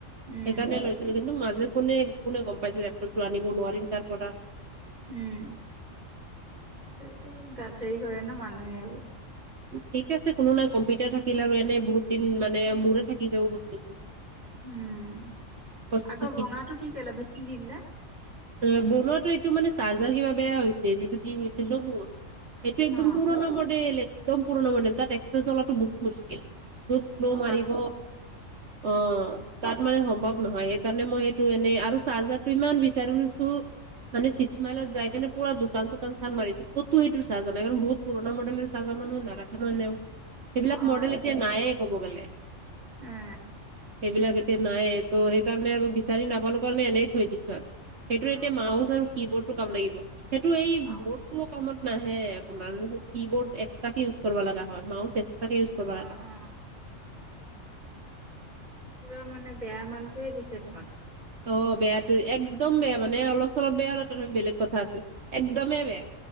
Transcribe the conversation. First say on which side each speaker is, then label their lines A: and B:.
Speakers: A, on the right; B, on the right.
A: উম,
B: সেইকাৰণে লৈছিলো কিন্তু মাজে কোনে কোনে গম পাইছে লেপটপটো আনিব নোৱাৰিম তাৰ পৰা
A: উম তে সেইটোৱে গাতদাৰি কৰে ন মানুহে এইবোৰ।
B: ঠিক আছে কোনো নাই, কম্পিউটাৰ থাকিলে আৰু এনে বহুত দিন মানে মোৰে থাকি যাব বস্তুটো।
A: উম।
B: বস্তুটো
A: আকৌ ভঙাটো কি কৰিলা ভিটিং দিলা।
B: অ বনোৱাটো এইটো মানে চাৰ্জাৰ কিব বেয়া হৈছে যিটো দি গৈছিল ন মোৰ। এইটো একদম
A: অ
B: পুৰণা মডেল। একদম পুৰণা মডেল তাত এক্সেছ চলাটো বহুত মুস্কিল। বহুত চ'লোহ
A: অ
B: মাৰিব
A: কাম
B: অ তাত মানে সম্প। সম্ভৱ নহয় সেই কাৰণে মই সেইটো এনে আৰু চাৰ্জাৰটো ইমান বিচাৰছো মানে ছিশ মাইল যাই কিনে পুৰা দোকান চোকান চান মাৰিছো ক'তো সেইটো চাৰ্জাৰ নাই বহুত পুৰণা মডেলে চাৰ্জ । কিছুমান মানুহে নাৰাখে নহ'লেও। সেইবিলাক
A: অ
B: মডেল এতিয়া নায়ে। ক'ব গ'লে।
A: এ
B: সেইবিলাক এত তে নাইে ত' সেইকাৰণে আৰু বিচাৰি নাপালো কাৰণে এনেই থৈ দিছো আৰু। সেইটো
A: অ
B: এতিয়া মাও চাও। কি বৰ্ডটো কাম লাগিব। সেইটো এই
A: অ
B: ব'ৰ্ডটো অক কামত নাহে আপোনাৰ কি বৰ্ড এক্স তাকে ইউজ কৰিব লগা হয় মাওচ তাকে ইউজ কৰিব
A: অ
B: লগা হয়।
A: অ পুৰা মানে বেয়া মানুটোয়ে দিছে তোমাক।
B: অ বেয়াটো একদম বেয়া মানে অলপ চলপ বেয়া হল ত বেলেগ কথা আছিল। একদমেই বেয়া।